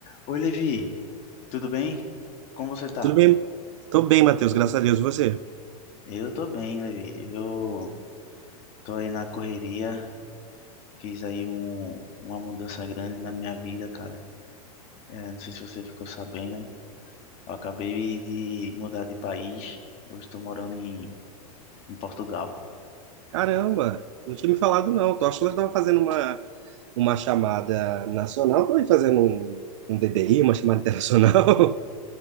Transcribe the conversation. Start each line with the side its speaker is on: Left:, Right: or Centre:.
Left: Oi, Levi, tudo bem? Como você tá?
Right: Tudo bem? Tô bem, Matheus, graças a Deus. E você?
Left: Eu tô bem, Levi. Eu tô aí na correria, fiz aí um, uma mudança grande na minha vida, cara. É, não sei se você ficou sabendo, eu acabei de mudar de país. Hoje estou morando em, em Portugal.
Right: Caramba, não tinha me falado não. Tô achando que tava fazendo uma, uma chamada nacional, tô aí fazendo um, um DDI, uma chamada internacional.